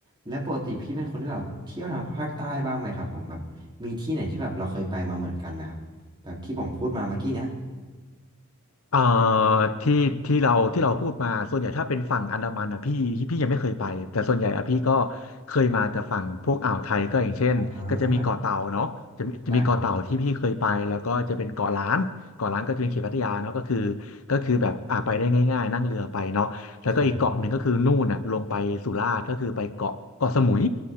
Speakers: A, on the right; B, on the left.
A: แล้วปกติพี่เป็นคนที่แบบเที่ยวทางภาคใต้บ้างไหมครับผมแบบมีที่ไหนที่แบบเราเคยไปมาเหมือนกันไหมครับแบบที่ผมพูดมาเมื่อกี้เนี้ย
B: เอ่อที่ที่เราที่เราพูดมาส่วนใหญ่ถ้าเป็นฝั่งอันดามันอ่ะพี่พี่ยังไม่เคยไปแต่ส่วนใหญ่อ่ะพี่ก็เคยมาแต่ฝั่งพวกอ่าวไทยก็อย่างเช่นก็จะมีเกาะเต่าเนาะจะมีจะมีเกาะเต่าที่พี่เคยไปแล้วก็จะเป็นเกาะล้านเกาะล้านก็จะเป็นเขตพัทยาเนาะก็คือ
A: อ่าใช่ครั
B: ก็คือแบบอ่าไปได้ง่ายๆนั่งเรือไปเนาะแล้วก็อีกเกาะหนึ่งก็คือนู่นอ่ะลงไปสุราษฎร์ก็คือไปเกาะเกาะสมุย
A: บ